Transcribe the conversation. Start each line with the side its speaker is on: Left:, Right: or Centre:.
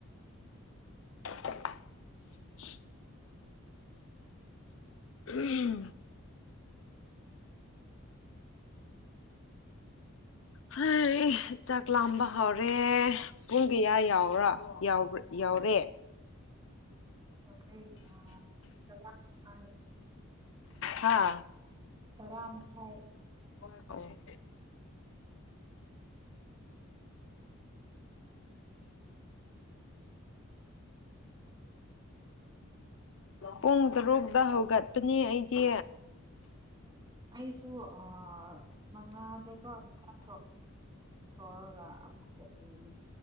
Left: <inaudible> ꯎꯍꯝ ꯍꯩ ꯆꯥꯛ ꯂꯥꯝꯕ ꯍꯥꯎꯔꯦ ꯄꯨꯡ ꯀꯌꯥ ꯌꯥꯎꯔꯥ ꯌꯥꯎꯕ ꯌꯥꯎꯔꯦ
Right: ꯍꯧꯖꯤꯛ ꯑ ꯀꯌꯥꯝ ꯄꯥꯏ
Left: ꯍꯥꯥ
Right: ꯇꯔꯥ ꯃꯈꯥꯏ
Left: ꯑꯣ ꯑꯣ ꯄꯨꯡ ꯇꯔꯨꯛꯇ ꯍꯧꯒꯠꯄꯅꯤ ꯑꯩꯗꯤ
Right: ꯑꯩꯁꯨ ꯑꯥ ꯃꯉꯥꯗꯀꯣ ꯃꯤꯀꯞ ꯊꯣꯛꯑꯦ ꯊꯣꯛꯑꯒ ꯑꯃꯨꯛꯀ ꯇꯨꯃꯤ